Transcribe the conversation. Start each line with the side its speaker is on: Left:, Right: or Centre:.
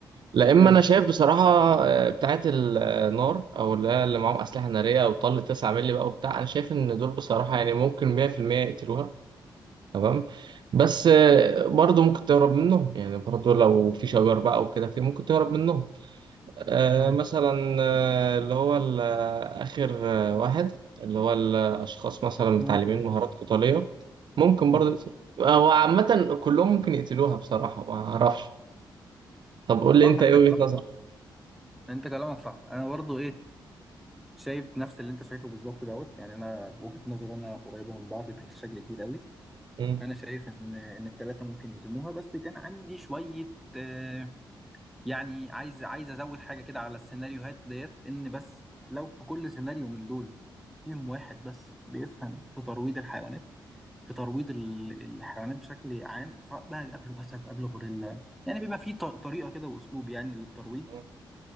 Right: لا إما
Centre: ايوه
Right: أنا شايف بصراحة آه، بتاعة النار أو اللي هي اللي معاهم أسلحة نارية أو طل 9 مللي بقى وبتاع أنا شايف إن دول بصراحة يعني ممكن 100% يقتلوها تمام بس آه، برضه ممكن تهرب منهم يعني برضه لو في شجر بقى وكده في ممكن تهرب منهم آه،
Centre: تمام
Right: مثلا آه، اللي هو ال- آه، آخر آه، واحد اللي هو الأشخاص مثلا متعلمين
Centre: فنون القتالية.
Right: مهارات قتالية ممكن
Centre: مم.
Right: برضه يقتلوا آه، هو عامة كلهم ممكن يقتلوها بصراحة ما أعرفش طب قول لي
Centre: صح
Right: أنت
Centre: انت
Right: إيه وجهة
Centre: كلامك
Right: نظرك؟
Centre: صح انت كلامك صح انا برضو ايه شايف نفس اللي انت شايفه بالظبط دوت يعني انا وجهة نظري انا قريبة من بعض بشكل كبير قوي
Right: مم.
Centre: انا شايف ان ان الثلاثه ممكن يهزموها بس كان عندي شوية آه يعني عايز عايز ازود حاجه كده على السيناريوهات ديت ان بس لو في كل سيناريو من دول فيهم واحد بس بيفهم في ترويض الحيوانات في ترويض ال- الحيوانات بشكل عام سواء بقى قبله اسد قبله غوريلا يعني بيبقى في ط- طريقه كده واسلوب يعني للترويض
Right: مم.